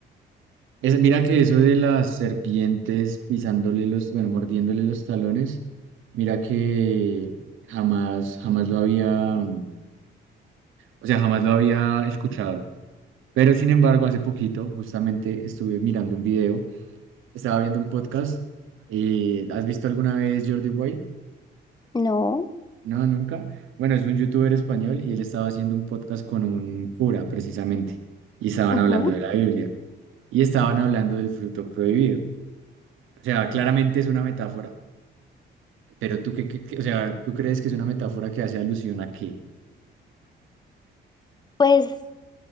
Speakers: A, on the right; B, on the left.
A: Es- mira que eso de las serpientes pisándole los, bueno, mordiéndole los talones, mira que jamás, jamás lo había, o sea, jamás lo había escuchado. Pero sin embargo, hace poquito justamente estuve mirando un video, estaba viendo un podcast. eh, ¿has visto alguna vez Jordi Wild?
B: No.
A: No, nunca. Bueno, es un youtuber español y él estaba haciendo un podcast con un cura precisamente y estaban
B: Ujú.
A: hablando de la Biblia y estaban hablando del fruto prohibido. O sea, claramente es una metáfora, pero tú qué, qué- qué- o sea, ¿tú crees que es una metáfora que hace alusión a qué?
B: Pues